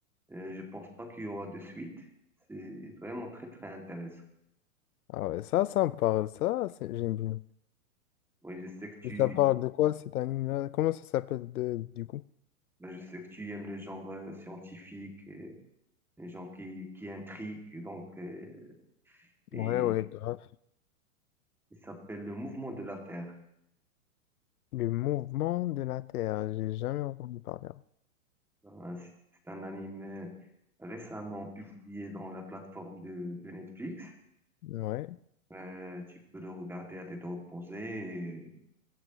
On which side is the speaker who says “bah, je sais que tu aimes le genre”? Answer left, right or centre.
Centre